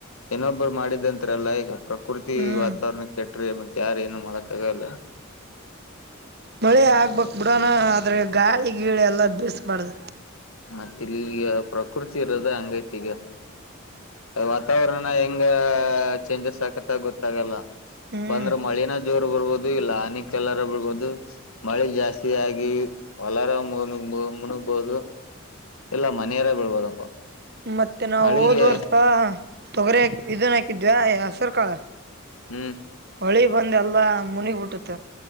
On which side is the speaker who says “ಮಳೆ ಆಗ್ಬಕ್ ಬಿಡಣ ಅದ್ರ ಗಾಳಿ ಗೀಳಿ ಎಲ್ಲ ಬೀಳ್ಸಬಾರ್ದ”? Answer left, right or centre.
Right